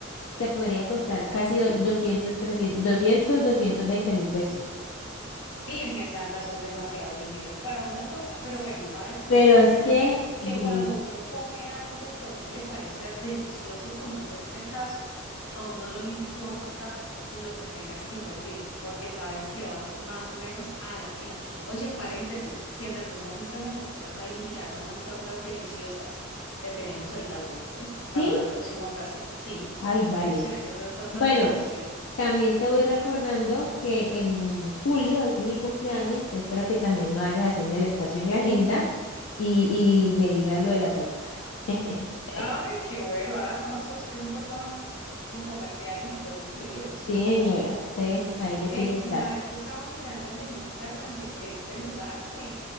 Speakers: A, on the left; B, on the left.
A: te podría costar casi do- doscientos, trescientos doscientos doscientos veinte mil pesos.
B: Virgen Santa, eso es demasiado dinero para una torta. Pero
A: Sí.
B: bueno, ¿sabes cuál
A: Pero
B: es el
A: es
B: tema?
A: que, di-
B: Que cuando uno come algo que a uno le parece delicioso, como es este caso, a uno no le importa lo que tengas que invertir, porque sabes que vas más o menos a la fija. Oye, paréntesis, si en algún momento necesitas a alguien que haga unas tortas deliciosas, te tenemos el dato, ¿viste? Para
A: ¿sí?
B: una próxima ocasión. Sí,
A: Ay, vale.
B: hay una señora que hace unas tortas
A: Bueno,
B: deliciosas.
A: también te voy recordando que en julio es mi cumpleaños, entonces para que también me vayas haciendo el espacio en la agenda y, y me digas lo de la torta. <laughs>
B: Ay, qué bueno, ah, no, eso es, eso fue con, con comerciales y todo incluidos.
A: Sí, señora. Entonces ahí le
B: Ve,
A: tiro el
B: y
A: dato.
B: sabes que estaba mirando en el Instagram de, de este lugar que,